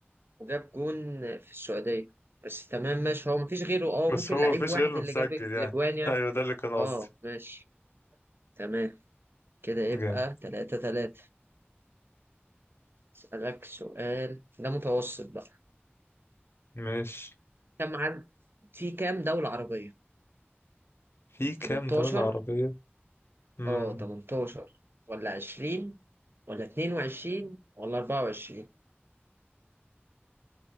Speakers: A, on the right (about 60°); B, on the left (about 70°).
A: وجاب جون في السعودية بس تمام ماشي هو مفيش غيره اه
B: بس
A: ممكن
B: هو
A: لعيب
B: مفيش
A: واحد
B: غيره اللي
A: اللي
B: مسجل
A: جاب الاجوان
B: يعني
A: يعني
B: ايوه ده اللي كان قصدي
A: اه ماشي تمام كده يبقى
B: جامد
A: تلاتة تلاتة اسألك سؤال ده متوسط بقى
B: ماشي
A: كم عدد في كام دولة عربية؟
B: في كام
A: 18
B: دولة عربية؟ امم
A: اه 18 ولا 20 ولا 22 ولا 24